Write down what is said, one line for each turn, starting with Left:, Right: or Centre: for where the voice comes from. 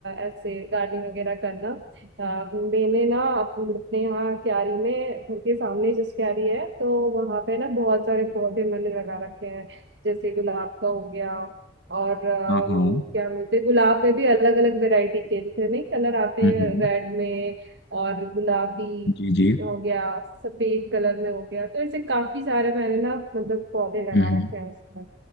Right: ऐसे गार्डनिंग वगैरह करना अ, मैंने ना अप- अपने यहाँ क्यारी में घर के सामने जिस क्यारी है तो वहाँ पे ना बहुत सारे पौधे मैंने लगा रखे हैं जैसे गुलाब का हो गया और अ,
Left: हाँ हाँ
Right: क्या बोलते हैं गुलाब में भी अलग अलग वैरायटी के जैसे नहीं कलर आते
Left: हम्म
Right: हैं रेड में और गुलाबी
Left: जी जी
Right: हो गया सफेद कलर में हो गया तो ऐसे काफी सारे मैंने ना मतलब पौधे लगा
Left: हम्म
Right: रखे हैं उसमें